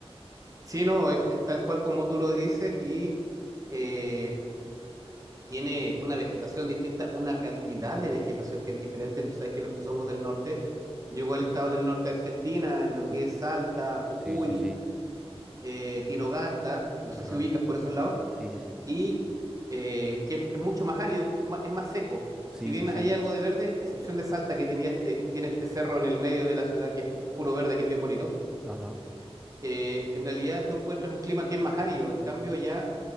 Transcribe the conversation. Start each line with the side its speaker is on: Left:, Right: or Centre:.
Right: Sí, no, es, es tal cual como tú lo dices y eh, tiene una vegetación distinta, una cantidad de vegetación que es diferente. Tú sabes que los que somos del norte, yo igual he estado en el norte de Argentina, en lo
Centre: Ajá.
Right: que es Salta, Jujuy,
Centre: Sí, sí, sí.
Right: eh, Tinogasta, no sé
Centre: Ajá.
Right: si ubicas por esos lados,
Centre: Sí, sí, sí.
Right: y eh, que es, es mucho más árido, ma- es más seco.
Centre: Sí,
Right: Si bien
Centre: sí, sí.
Right: hay algo de verde, excepción de Salta que tenía este, tiene este cerro en el medio de la ciudad que es puro verde, que es bien bonito,
Centre: Ajá.
Right: eh, en realidad tú encuentras un clima que es más árido, en cambio allá